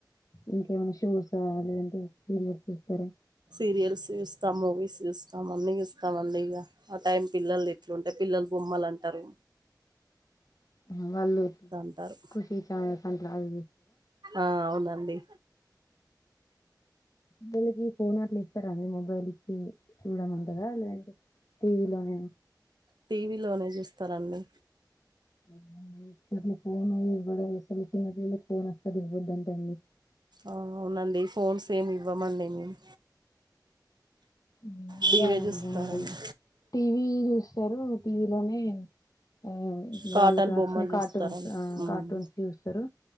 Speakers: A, on the left (about 50°); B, on the right (about 70°).
A: ఇంకేమన్నా షోసా లేదంటే సీరియల్స్ చూస్తారా
B: సీరియల్స్ జుస్తామ్ మూవీస్ చూస్తాం అన్ని చూస్తాండి ఇక ఆ టైం పిల్లలు ఎట్లుంటే పిల్లలు బొమ్ మ్మలంటరు
A: ఉ వాళ్ళు
B: అంటారు
A: కుషీ చానల్స్ అట్లావి
B: ఆ అవునండి
A: వీల్లకి ఫోన్ అట్ల ఇస్తారా అండి మొబైల్ ఇచ్చి చూడ మంటరా లేదంటే టీవీలోనే
B: టీవీలో లోనే జూస్తారండి
A: అవునా ఇప్పుడుకి ఫోను ఇవ్వడం యసలికి చిన్న పిల్లలకి ఫోన్ అస్సలు ఇవ్వద్దంటండి
B: ఆఅవునండి ఫోన్స్ ఏమి ఇవ్వమండి మేము
A: వీళ్ళు
B: టీవీ
A: గుడా అంతే
B: చూస్తారండి
A: నండి టీవీ జూస్తారు ఇగ టీవీ లోనే ఆవ్
B: కాటన్
A: వాళ్ళకి నచ్చిన
B: బొమ్మలు
A: కార్టూన్సు
B: చూస్తారండి
A: ఆ
B: ఉమ్,
A: కార్టూన్స్ చుస్తారు